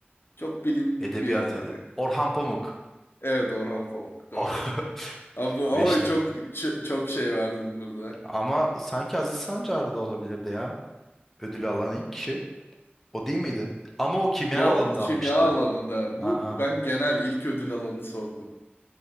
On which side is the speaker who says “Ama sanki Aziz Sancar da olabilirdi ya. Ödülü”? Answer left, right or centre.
Centre